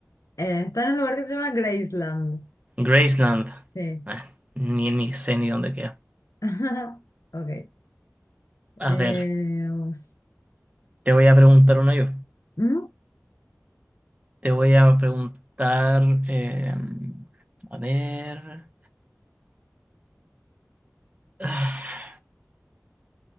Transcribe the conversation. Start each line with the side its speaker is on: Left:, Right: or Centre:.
Left: Eh, está en un lugar que se llama Graceland.
Right: Graceland.
Left: Sí.
Right: Ah, ni, ni sé ni dónde queda.
Left: <laughs> Ok. Eh,
Right: A ver,
Left: vamos.
Right: te voy a preguntar una yo.
Left: ¿Mm?
Right: Te voy a preguntar, eh, a ver, ah,